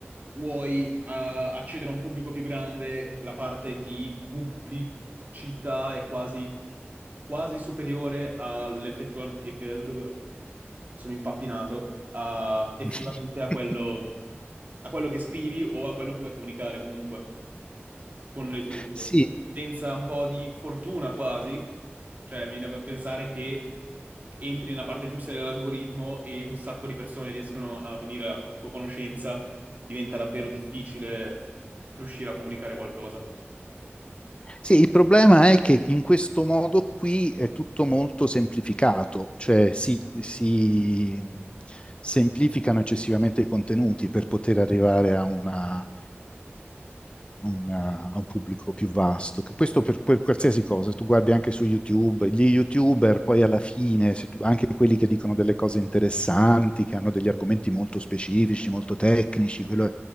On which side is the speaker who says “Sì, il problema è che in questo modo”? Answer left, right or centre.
Left